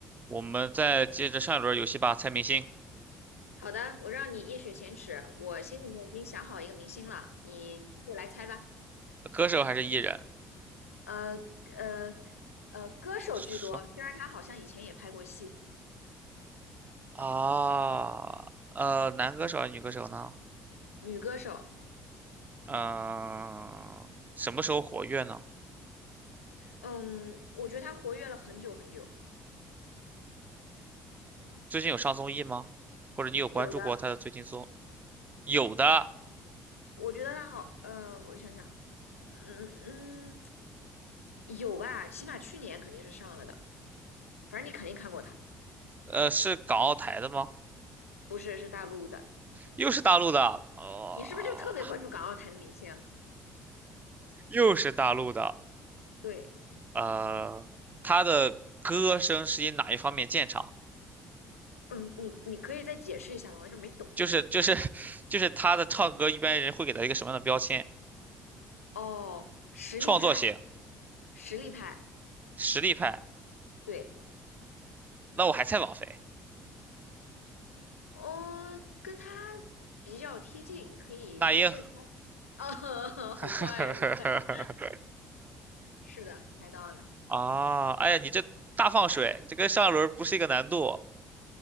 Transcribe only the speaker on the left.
好的，我让你一雪前耻，我心里面已经想好一个明星了，你过来猜吧。
呃呃呃，歌手居多，
虽然她好像以前也拍过戏，
女歌手。
嗯，我觉得她活跃了很久很久，
有的，
我觉得她好，呃，我想想，嗯嗯，有吧，起码去年肯定是上了的，反正你肯定看过她，
不是是大陆的，
你是不是就特别关注港澳台的明星啊
对，
嗯，你你可以再解释一下吗？我有点没懂。
哦，实力派，
实力派，
对，
哦，跟他比较贴近，你可以再猜。
啊，<laughs>
好快呀，你猜的，是的，猜到了。